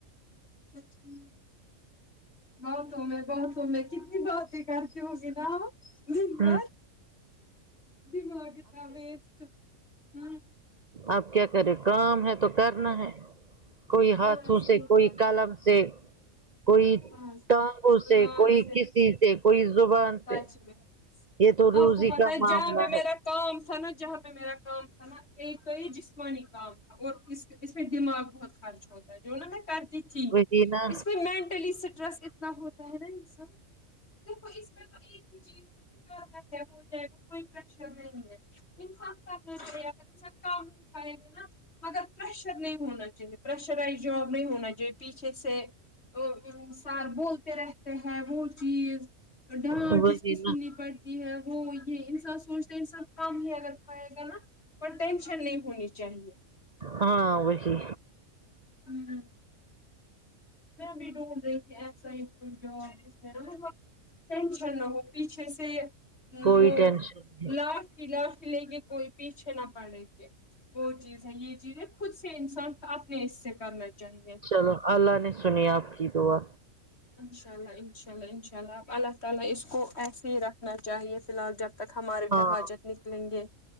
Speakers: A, on the left; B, on the right.
A: اچھا باتوں میں باتوں میں کتنی بات تیں کرتی ہو گی نہ آپ دن
B: ہ
A: بھر دماغ تھا ویسٹ ہاں
B: آپ کیا کرے کام ہے تو کرنا ہے کوئی
A: ہاں
B: ہاتھوں
A: صحیح
B: سے کوئی
A: بات
B: کالم سے کوئی
A: ہاں سر،
B: ٹانگوں
A: زبان
B: سے کوئی
A: سے
B: کسی سے کوئی زبان
A: سچ
B: سے
A: میں
B: یہ تو روزی
A: آپ کو پتا
B: کا
A: ہے جہاں
B: معاملہ
A: پہ میرا
B: ہے
A: کام تھا نا جہاں پہ میرا کام تھا نا ایک یہ جسمانی کام اور اس اس میں دماغ بہت خرچ ہوتا ہے جو نا میں کر تھی
B: وہی نا
A: اس میں مینٹلی اسٹریس اتنا ہوتا ہے نا انسان دیکھو میں ایک ہی چیز ہے کہ کر رہیا ہو جائے گا کوئی پرریشر نہیں ہے انسان کرنا چاہیے اگر انسان کام نہیں کرے گا نا مگر پریشر نہیں ہونا چاہیے پریشرائز جاب نہیں ہونا چاہیے پیچھے سے وہ انسان بولتے رہتے ہیں وہ چیز ڈانٹ
B: وہی
A: اس کی سننی
B: نا
A: پڑتی ہے وہ یہ ان سب سوچتے انسان کم بھی اگر کھایگانا پر ٹینشن نہیں ہونی چاہیے
B: ہاں وہی
A: ہممم میں بھی ڈھونڈ رہی تھی ایسا ہی کچھ جب جس میں نہ ٹینشن نہ ہو پیچھے سے
B: کوئی
A: وہ
B: ٹینشن نہیں
A: لائف کی لاف لے کے کوئی پیچھے نہ پڑے وہ چیز ہے یہ چیزیں خود سے انسان اپنے حصے کرنا چاہیے
B: چلو اللہ نے سنی آپ کی دعا
A: اناء اللہ انشاء اللہ انشاء اللہ اللہ تعالی اس کو ایسے ہی رکھنا چاہے فی الال جب تک ہمارے
B: ہاں
A: بھی حاجت نکلیں گے